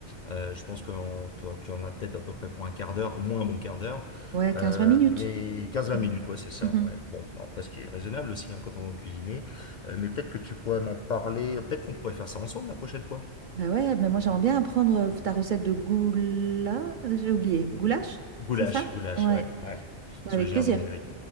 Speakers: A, on the left (about 55°); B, on the right (about 60°).
A: euh, je pense que tu en as peut-être à peu près pour un quart d'heure, au moins un bon quart d'heure.
B: Ouais,
A: Euh,
B: quinze vingt minutes.
A: mais quinze vingt
B: Mmh.
A: minutes, ouais, c'est ça.
B: Mmh
A: Ouais. Bon, bah, après, ce qui est raisonnable aussi hein, quand on va cuisiner. Euh, mais peut-être que tu pourrais m'en parler. Peut-être qu'on pourrait faire ça ensemble la prochaine fois.
B: Bah, ouais, mais moi j'aimerais bien apprendre, heu, ta recette de goula j'ai oublié, goulash?
A: Goulash,
B: C'est ça?
A: goulash,
B: Ouais,
A: ouais, ouais.
B: bah,
A: Syrien
B: avec plaisir.
A: de Hongrie.